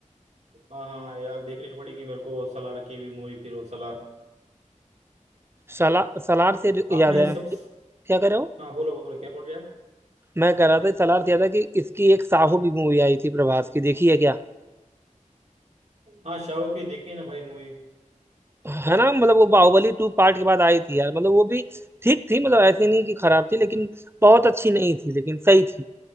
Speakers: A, on the right; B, on the right.
A: हाँ हाँ यार देखनी पड़ेंगी मेरे को सलार की भी मूवी फिर वो सलार
B: सला, सालार से
A: आपने
B: याद आया मुझे
A: सब
B: क्या कह रहे हो
A: हाँ बोलो बोलो क्या बोल रहे आप
B: मैं कह रहा था सालार से याद है कि इसकी एक साहू भी मूवी आई थी प्रभास की देखी है क्या
A: हाँ शाहो की देखी ना भाई मूवी
B: है ना मतलब वो बाहुबली टू पार्ट के बाद आई थी यार मतलब वो भी ठीक थी मतलब ऐसी नहीं कि खराब थी लेकिन बहुत अच्छी नहीं थी लेकिन सही थी